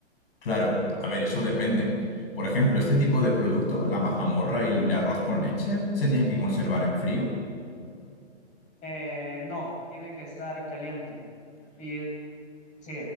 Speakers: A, on the left; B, on the left.
A: Claro, a ver, eso depende. Por ejemplo, este tipo de producto, la mazamorra y el arroz con leche, se tienen que conservar en frío.
B: Eh, no, tiene que estar caliente. Y sí,